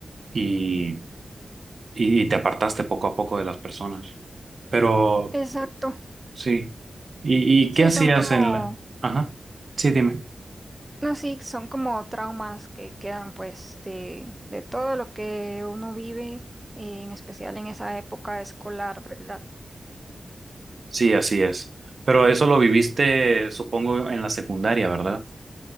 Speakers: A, on the right; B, on the right.
A: y, y te apartaste poco a poco de las personas. Pero
B: Exacto.
A: sí. ¿Y, y
B: Sí,
A: qué hacías
B: son como,
A: en la... Ajá. Sí, dime.
B: no, sí, son como traumas que quedan pues de, de todo lo que uno vive, eh, en especial en esa época escolar, ¿verdad?
A: Sí, así es. Pero eso lo viviste, supongo, en la secundaria, ¿verdad?